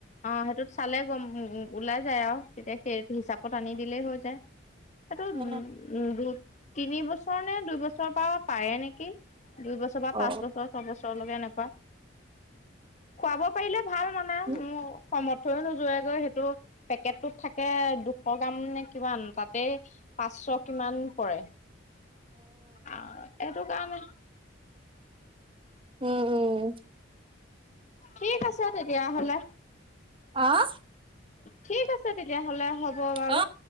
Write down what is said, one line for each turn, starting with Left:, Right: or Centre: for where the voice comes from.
Left: অ সেইটোত চালে গম ওলাই যায় আও। তেতিয়া সেই হিচাপত আনি দিলেই হৈ যায়। এইটো
Right: অ
Left: উ উম দু তিনি বছৰ নে দুই বছৰৰ পা পাৰে নেকি দুইবছৰ। বা
Right: অ
Left: পাঁচ বছৰ ছবছৰলৈকে এনেকুৱা খোৱাব। পাৰিলে ভাল মানে
Right: উম
Left: মোঅ সমৰ্থও নোযোৱেগৈ সেইটো পেকেটটোত থাকে দুশ গ্ৰাম নে কিমান তাতেই। পাঁচশ কিমান পৰে, আহ এইটো কাৰণে।
Right: উ'ম, উ'ম।
Left: ঠিক আছে তেতিয়াহ'লে।
Right: আ'হ।
Left: ঠিক আছে তেতিয়াহ'লে হব হ'ব বাউ
Right: অ অ